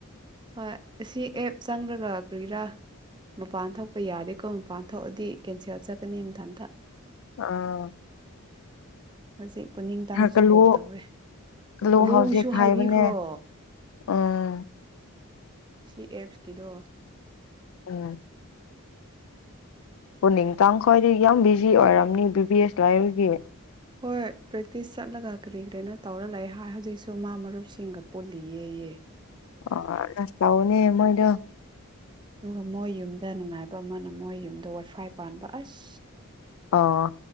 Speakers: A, on the right (about 20°); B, on the left (about 70°).
A: ꯍꯣꯏ ꯑꯁꯤ ꯑꯦꯞ ꯆꯪꯉꯒ ꯀ꯭ꯔꯤꯔꯥ ꯃꯄꯥꯟ ꯊꯣꯛꯄ ꯌꯥꯗꯦꯀꯣ ꯃꯄꯥꯟ ꯊꯣꯛꯑꯗꯤ ꯀꯦꯟꯁꯦꯜ ꯆꯠꯀꯅꯤ ꯃꯊꯟꯇ
B: ꯑꯣ
A: ꯍꯖꯤꯛ ꯄꯅꯤ ꯃꯇꯥꯡꯁꯨ
B: ꯀꯜꯂꯨ
A: ꯀꯣꯜ ꯇꯧꯋꯦ
B: ꯀꯜꯂꯨ
A: ꯀꯂꯣꯡꯁꯨ
B: ꯍꯧꯖꯤꯛ
A: ꯍꯥꯏꯕꯤꯈ꯭ꯔꯣ
B: ꯍꯥꯏꯕꯅꯦ ꯎꯝ
A: ꯁꯤ ꯑꯦꯞꯁꯀꯤꯗꯣ
B: ꯎꯨꯝ ꯑꯣ ꯅꯤꯡꯇꯥꯡ ꯈꯣꯏꯗꯤ ꯌꯥꯝ ꯕꯤꯖꯤ ꯑꯣꯏꯔꯝꯅꯤ ꯕꯤ-ꯕꯤ ꯑꯦꯁ ꯂꯥꯏꯕꯒꯤ
A: ꯍꯣꯏ ꯄ꯭ꯔꯦꯛꯇꯤꯁ ꯆꯠꯂꯒ ꯀꯔꯤ-ꯀꯔꯤꯅꯣ ꯇꯧꯔ ꯂꯩ ꯍꯥꯏ ꯍꯧꯖꯤꯛꯁꯨ ꯃꯥ ꯃꯔꯨꯞꯁꯤꯡꯒ ꯄꯨꯜꯂꯤꯌꯦꯌꯦ
B: ꯑ ꯑꯁ ꯇꯕꯅꯦ ꯃꯣꯏꯗꯣ
A: ꯑꯗꯨꯒ ꯃꯣꯏ ꯌꯨꯝꯗ ꯅꯨꯡꯉꯥꯏꯕ ꯑꯃꯅ ꯃꯣꯏ ꯌꯨꯝꯗ ꯋꯥꯏꯐꯥꯏ ꯄꯥꯟꯕ ꯑꯁ
B: ꯑꯣ